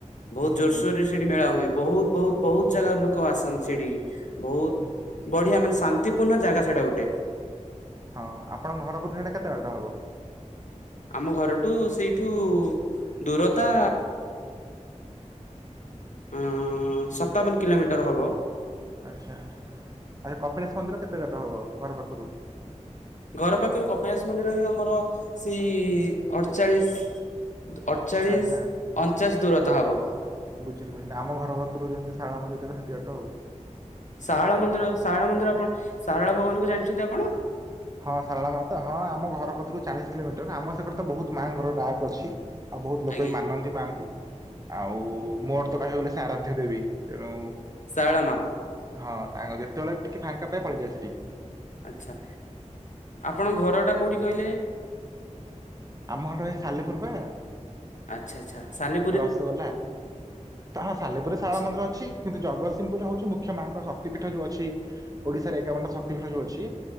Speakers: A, on the left; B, on the right.
A: ବହୁତ
B: ହୁଁ
A: ଜୋରସୋର
B: ହୁଁ
A: ରେ ସେଠି ମେଳା ହୁଏ ବହୁତ ବହୁତ ବହୁତ ଜାଗାରୁ ଲୋକ ଆସନ୍ତି ସେଠିକି। ବହୁତ
B: ହୁଁ
A: ବଢିଆ ମାନେ ଶାନ୍ତିପୂର୍ଣ୍ଣ ଜାଗା ସେଇଟା ଗୋଟେ।
B: ହଁ ଆପଣଙ୍କ ଘର କତୁରୁ ହେଟା କେତେ ବାଟ ହବ?
A: ଆମ ଘରଠୁ ସେଇଠୁ ଦୂରତା ଉଁ ସତାବନ କିଲୋମିଟର ହବ।
B: ଆଚ୍ଛା ଆଚ୍ଛା କପିଳାଶ ମନ୍ଦିର କେତେ ବାଟ ହବ ଘର ପାଖରୁ?
A: ଘର ପାଖରେ କପିଳାସ ମନ୍ଦିର ବି ଆମର ସେଇ ଅଠଚାଳିଶ। ଅଠଚାଳିଶ
B: ଆଚ୍ଛା ଆଚ୍ଛା
A: ଅଣଚାଶ ଦୂରତା ହବ।
B: ବୁଝିଲି ବୁଝିଲି ଆମ ଘର କତୁରୁ ଯେମିତି ସାରଳା ମନ୍ଦିର ଯେତିକି ଦୂର ସେତିକି ବାଟ।
A: ଶାରଳା ମନ୍ଦିର ଶାରଳା ମନ୍ଦିର ଆପଣ ଶାରଳା ଭଗବାନ ଙ୍କୁ ଜାଣିଛନ୍ତି ଆପଣ?
B: ହଁ ଶାରଳା ମା ତ ହଁ ଆମ ଘର କତୁରୁ ଚାଳିଶ କିଲୋମିଟର ଆମ ସେପଟେ ତ ବହୁତ ମାଆଙ୍କର ଡାକ୍ ଅଛି। ଆଉ ବହୁତ ଲୋକ
A: ଆଜ୍ଞା
B: ବି ମାନନ୍ତି ମାଆଙ୍କୁ। ଆଉ ମୋର ତ କହିବାକୁ ଗଲେ ସେ ଆରାଧ୍ୟ ଦେବୀ ତେଣୁ
A: ଶାରଳା ମା
B: ହଁ ତାଙ୍କୁ ଯେତେବେଳେ ଟିକେ ଫାଙ୍କା ପାଇଁ ପଳେଇଯାଏ ସେଠିକି।
A: ଆଚ୍ଛା। ଆପଣ ଘର ଟା କୋଉଠି କହିଲେ?
B: ଆମ ଘର ଟା ପା ଏ ସାଲେପୁର ବା।
A: ଆଚ୍ଛା ଆଚ୍ଛା ସାଲେ
B: ରସଗୋଲା ହଁ ସାଲେପୁରେ
A: ଆଚ୍ଛା
B: ଶାରଳା ମନ୍ଦିର ଅଛି। କିନ୍ତୁ ଜଗତସିଂହପୁରେ ହଉଛି ମୁଖ୍ୟ ମାଆଙ୍କ ଶକ୍ତିପୀଠ ଯୋଉ ଅଛି। ଓଡ଼ିଶାରେ ଏକାବନଟା ଶକ୍ତିପୀଠ ଯୋଉ ଅଛି